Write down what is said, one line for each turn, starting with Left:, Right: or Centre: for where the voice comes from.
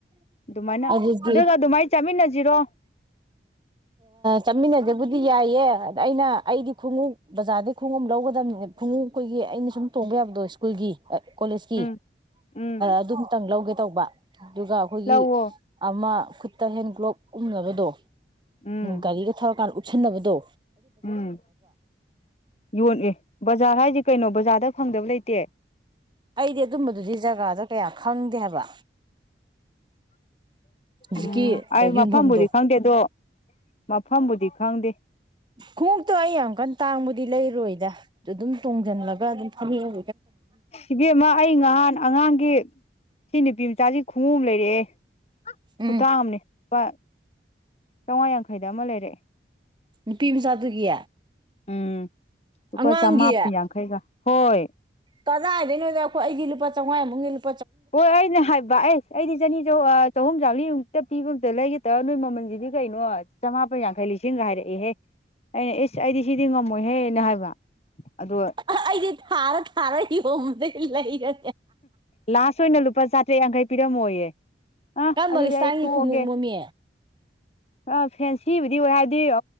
Left: ꯑꯗꯨꯃꯥꯏꯅ
Right: ꯑꯗꯨꯗꯤ
Left: ꯑꯗꯨꯒ -ꯑꯗꯨꯃꯥꯏꯅ ꯆꯥꯃꯤꯟꯅꯁꯤ ꯖꯤꯔꯣ
Right: ꯆꯠꯃꯤꯟꯅꯖꯦꯕꯨꯗꯤ ꯌꯥꯏꯌꯦ ꯑꯗ ꯑꯩꯅ ꯑꯩꯗꯤ ꯈꯣꯡꯎꯞ ꯕꯖꯥꯔꯗꯒꯤ ꯈꯣꯡꯎꯞ ꯂꯧꯒꯗꯕꯅꯤ ꯈꯣꯡꯎꯞ ꯑꯩꯈꯣꯏꯒꯤ ꯑꯩꯅ ꯁꯨꯝ ꯇꯣꯡꯕ ꯌꯥꯕꯗꯣ ꯁ꯭ꯀꯨꯜꯒꯤ ꯀꯣꯂꯦꯖꯀꯤ
Left: ꯎꯝ ꯎꯝ
Right: ꯑꯗꯨꯝꯇꯪ ꯂꯧꯒꯦ ꯇꯧꯕ ꯑꯗꯨꯒ ꯑꯩꯈꯣꯏꯒꯤ
Left: ꯂꯧꯋꯣ
Right: ꯑꯃ ꯈꯨꯠꯇ ꯍꯦꯟ ꯒ꯭ꯂꯣꯞ ꯎꯞꯅꯕꯗꯣ
Left: ꯎꯝ
Right: ꯒꯥꯔꯤꯒ ꯊꯧꯔꯀꯥꯟ ꯎꯞ ꯁꯟꯅꯕꯗꯣ
Left: ꯎꯝ ꯌꯣꯟ ꯑꯦ ꯕꯖꯥꯔ ꯍꯥꯏꯗꯤ ꯀꯩꯅꯣ ꯕꯖꯥꯔꯗ ꯐꯪꯗꯕ ꯂꯩꯇꯦ
Right: ꯑꯩꯗꯤ ꯑꯗꯨꯒꯨꯝꯕꯗꯨꯗꯤ ꯖꯒꯥꯗꯣ ꯀꯌꯥ ꯈꯪꯗꯦ ꯍꯥꯏꯕ ꯍꯧꯖꯤꯛꯀꯤ
Left: ꯎꯝ ꯑꯩ
Right: ꯌꯣꯟꯐꯝꯗꯣ
Left: ꯃꯐꯝꯕꯨꯗꯤ ꯈꯪꯗꯦ ꯑꯗꯣ ꯃꯐꯝꯕꯨꯗꯤ ꯈꯪꯗꯦ
Right: ꯈꯣꯡꯇꯣ ꯑꯩ ꯑꯃꯨꯛꯀꯟ ꯇꯥꯡꯕꯗꯤ ꯂꯩꯔꯣꯏꯗ ꯑꯗꯨꯝ ꯇꯣꯡꯁꯤꯜꯂꯒ ꯑꯗꯨꯝ ꯐꯅꯦꯛ ꯍꯧ
Left: ꯏꯚꯦꯝꯃ ꯑꯩ ꯉꯍꯥꯟ ꯑꯉꯥꯡꯒꯤ ꯁꯤ ꯅꯨꯄꯤ ꯃꯆꯥꯁꯤ ꯈꯣꯡꯎ ꯑꯃ ꯂꯩꯔꯑꯦ ꯈꯨꯇꯥꯥꯡꯝꯅꯦ
Right: ꯎꯝ
Left: ꯄꯥ ꯆꯥꯝꯃꯉꯥ ꯌꯥꯡꯈꯩꯗ ꯑꯃ ꯂꯩꯔꯑꯦ
Right: ꯅꯨꯄꯤ ꯃꯆꯥꯗꯨꯒꯤ
Left: ꯎꯝ ꯂꯨꯄꯥ
Right: ꯑꯉꯥꯡꯒꯤ
Left: ꯆꯃꯥꯄꯟ ꯌꯥꯡꯈꯩꯒ ꯍꯣꯏ
Right: ꯀꯗꯥꯏꯗꯣꯏꯅꯣꯗꯣ ꯑꯩꯈꯣꯏꯒꯤ ꯂꯨꯄꯥ ꯆꯥꯝꯃꯉꯥꯃꯨꯛ ꯂꯨ
Left: ꯍꯣꯏ ꯑꯩꯅ ꯍꯥꯏ ꯚ ꯑꯦꯁ ꯑꯩꯗꯤ ꯆꯅꯤ ꯆ ꯆꯍꯨꯝ ꯆꯥꯔꯤꯃꯨꯛꯇ ꯄꯤꯕ ꯑꯝꯇ ꯂꯩꯒꯦꯗ ꯅꯣꯏ ꯃꯃꯜꯁꯤꯗꯤ ꯀꯩꯅꯣ ꯆꯃꯥꯄꯟ ꯌꯥꯡꯈꯩ ꯂꯤꯁꯤꯡꯒ ꯍꯥꯏꯔꯛꯏꯍꯦ ꯑꯩꯅ ꯏꯁ ꯑꯩꯗꯤ ꯁꯤꯗꯤ ꯉꯝꯃꯣꯏꯍꯦꯅ ꯍꯥꯏꯕ ꯑꯗꯣ
Right: ꯑꯩꯗꯤ ꯊꯥꯔ ꯊꯥꯔ ꯑꯩꯗꯤ ꯍꯣꯕꯗꯩ ꯂꯩꯔ
Left: ꯂꯥꯁ ꯑꯣꯏꯅ ꯂꯨꯄꯥ ꯆꯥꯇ꯭ꯔꯦꯠ ꯌꯥꯡꯈꯩ ꯄꯤꯔꯝꯃꯣꯏꯌꯦꯦ ꯑ
Right: ꯀꯔꯝꯕ
Left: ꯑꯗꯨꯗꯤ
Right: ꯏꯁꯇꯥꯏꯜꯒꯤ
Left: ꯑꯩ ꯇꯣꯛꯑꯒꯦ
Right: ꯈꯣꯡꯎꯞꯅꯣꯃꯤ
Left: ꯑ ꯐꯦꯟꯁꯤꯕꯨꯗꯤ ꯑꯣꯏ ꯍꯥꯏꯗꯤ